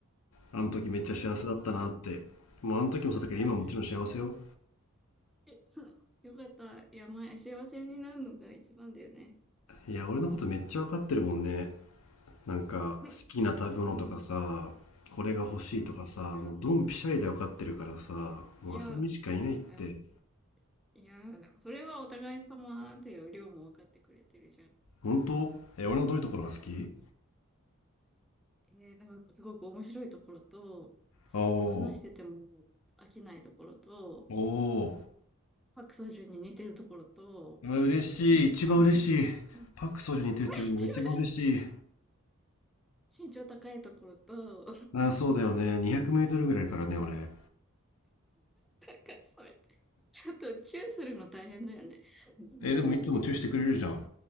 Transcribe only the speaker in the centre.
あそうなんだ。
あ、えそうよかった。いや、前、幸せになるのが一番だよね。
<laughs>
うん、
うん。いや、
いや、いや、いやなんかそれはお互い様だよ。りょうも分かってくれてるじゃん。
うん。えーなんかすごく面白いところと、
と話してても飽きないところと、
パクソジュンに似てるところと、
うん、
うん、うん、
これ一番身長高いところと、
うん、
<laughs> なんかそれ、ちょっとチューするの大変だよね。
うん、